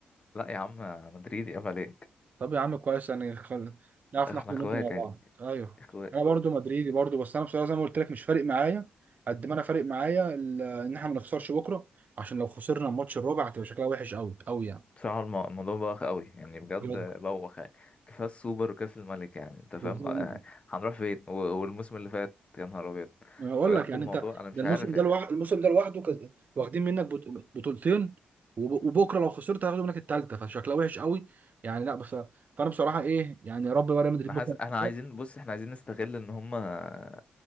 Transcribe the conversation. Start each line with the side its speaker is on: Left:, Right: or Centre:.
Left: لا يا عم مدريد يا عليك
Right: طب يا عم كويس يعني خل... نعرف
Left: احنا
Right: ناخد وندي
Left: اخوات
Right: مع
Left: يعني
Right: بعض ايوه
Left: اخوات
Right: انا برضو مدريدي برضو بس انا بصراحه زي ما قلت لك مش فارق معايا قد ما انا فارق معايا ال- ان احنا ما نخسرش بكره عشان لو خسرنا الماتش الرابع هتبقى شكلها وحش قوي قوي يعني
Left: بصراحه الم- الموضوع بوخ قوي يعني بجد
Right: بجد.
Left: بوخ يعني كفايه السوبر وكاس الملك يعني انت فاهم
Right: بالظبط.
Left: آه، هنروح فين و- والموسم اللي فات يا نهار ابيض
Right: انا بقول
Left: بجد
Right: لك يعني
Left: الموضوع
Right: انت
Left: انا مش
Right: ده الموسم
Left: عارف
Right: ده لوحده الموسم ده لوحده كان- واخدين منك بط- بطولتين وب... وبكره لو خسرت هياخدوا منك الثالثه فشكلها وحش قوي يعني لا بس فانا بصراحه ايه يعني يا رب بقى ريال مدريد
Left: انا
Right: بكره
Left: حاسس
Right: ما
Left: احنا عايزين
Right: تخسرش.
Left: بص احنا عايزين نستغل ان هم ان